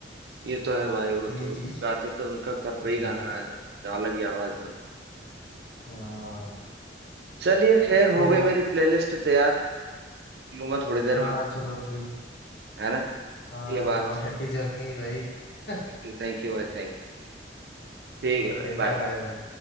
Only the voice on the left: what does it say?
ये
चीज
हम्म,
हाँ
तो
हाँ
चलो ठीक
हाँ
जाओ
हैप्पी जर्नी भाई <laughs>
ओके
बाय
बाय भाई